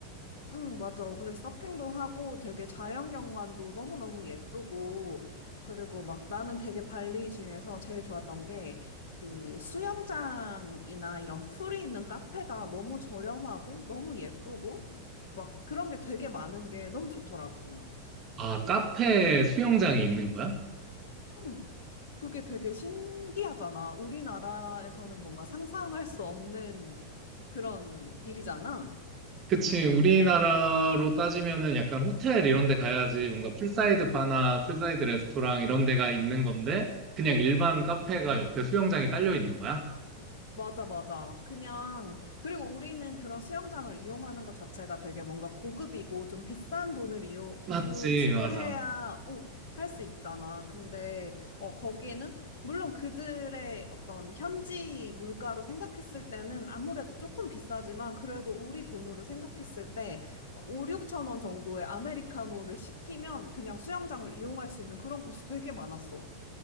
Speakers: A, on the left; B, on the right.
A: 응, 맞아. 그래서 서핑도 하고 되게 자연경관도 너무너무 예쁘고, 그리고 막 나는 되게 발리 중에서 제일 좋았던 게 그 수영장이나 이런 풀이 있는 카페가 너무 저렴하고 너무 예쁘고 막 그런 게 되게 많은 게 너무 좋더라고.
B: 아, 카페 수영장이 있는 거야?
A: 응. 그게 되게 신기하잖아. 우리나라에서는 뭔가 상상할 수 없는 그런 일이잖아.
B: 그치, 우리나라로 따지면은 약간 호텔 이런 데 가야지 뭔가 풀사이드 바나 풀사이드 레스토랑 이런 데가 있는 건데 그냥 일반 카페가 옆에 수영장이 딸려 있는 거야?
A: 맞아, 맞아. 그냥, 그리고 우리는 그런 수영장을 이용하는 것 자체가 되게 뭔가 고급이고 좀 비싼 돈을 이용,
B: 맞지,
A: 주, 지불해야
B: 맞아.
A: 어, 할수 있잖아. 근데, 어, 거기는, 물론 그들의 어떤 현지 물가로 생각했을 때는 아무래도 조금 비싸지만 그래도 우리 돈으로 생각했을 때 5, 6천 원 정도의 아메리카노를 시키면 그냥 수영장을 이용할 수 있는 그런 곳이 되게 많았어.